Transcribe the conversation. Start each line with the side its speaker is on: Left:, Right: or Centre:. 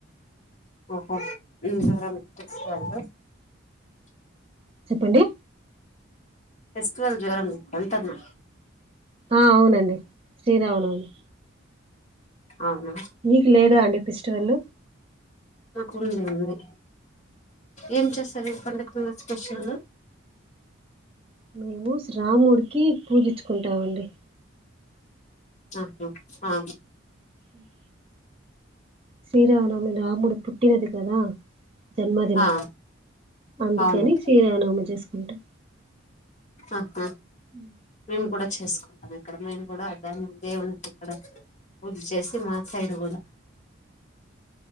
Left: ఓహో ఇంకెవరైనా <unintelligible>
Right: చెప్పండి
Left: ఫెస్టివల్ జ్వరం అంటాన్న
Right: ఆ అవునండి శ్రీరామనవమి
Left: అవునా
Right: మీకు లేదా అండి ఫెస్టివల్
Left: నాకు ఉంది ఉంది ఏం చేస్తారు పండక్కి స్పెషలు
Right: మేము స్ర రాముడికి పూజించుకుంటామండి
Left: ఆహా హా
Right: ఉమ్ శ్రీరావనమి రాముడు పుట్టినది కదా జన్మదినం
Left: ఆ
Right: అందుకని
Left: అవును
Right: శ్రీరామనవమి చేసుకుంటం
Left: ఆహా
Right: ఉమ్
Left: మేము కూడా చేసుకుంటాం ఇక్కడ మేము కూడా ద-దేవునికి ఇక్కడ పూజ చేసి మా సైడ్ కూడా